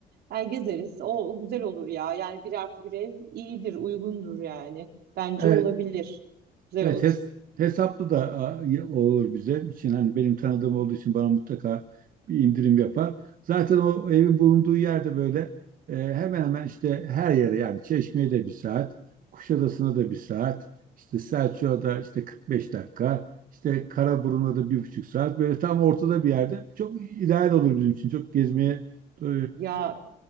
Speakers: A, on the right; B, on the right.
A: yani gezeriz. O o güzel olur ya. Yani bir artı bir ev iyidir, uygundur yani. Bence
B: Evet,
A: olabilir. Güzel
B: Evet
A: olur.
B: hes- hesaplı da a, y- olur bize için hani benim tanıdığım olduğu için bana mutlaka bir indirim yapar. Zaten o evin bulunduğu yerde böyle e, hemen hemen işte her yere yani Çeşme'ye de bir saat, Kuşadası'na da bir saat, işte Selçuk'a da işte 45 dakika, işte Karaburun'a da bir buçuk saat böyle tam ortada bir yerde çok ideal olur bizim için çok gezmeye e,
A: Ya